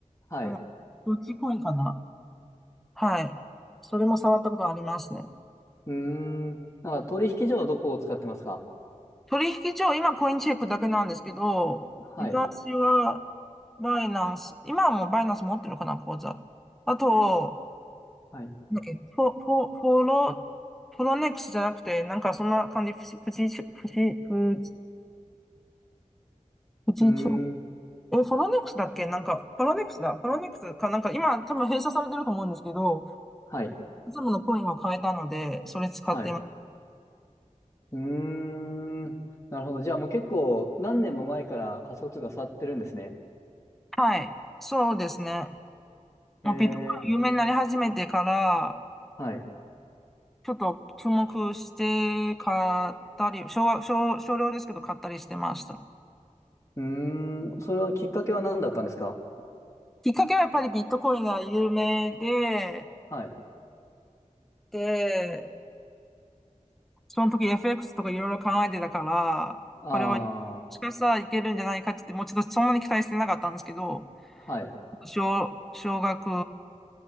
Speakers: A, on the left; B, in the centre.
A: はい。
B: あの、どっちコインかなはい。それも触ったことありますね。
A: うーん。なんか取引所はどこを使ってますか
B: 取引所、今コインチェックだけなんですけど、
A: はい、
B: 昔はバイナンス、今はもうバイナンス持ってるかな、口座。あと、
A: はい。う
B: なんだっけ、フォ、フォ、フォロ、フォロネックスじゃなくて、なんかそんな感じ、富士、富士、富士、富士、富士町
A: ーん。
B: え、フォロネックスだっけなんか、フォロネックスだ。フォロネックスか、なんか今多分閉鎖されてると思うんですけど、
A: はい、
B: いつものコインは買えたので、それ使ってます。
A: はい。うーん。なるほど。じゃあもう結構何年も前から仮想通貨触ってるんですね。
B: はい。そうですね。もうビットコイン有名になり始めてから、
A: へえ。はい。
B: ちょっと注目して買ったり、少は、少、少量ですけど買ったりしてました。
A: うーん。それはきっかけは何だったんですか
B: きっかけはやっぱりビットコインが有名で、
A: はい。
B: で、その時 FX とかいろいろ考えてたから、
A: あ
B: これはもしかしたらいけるんじゃないかって、もうちょっとそんなに期待してなかったんですけど、
A: あ。はい。
B: 少、少額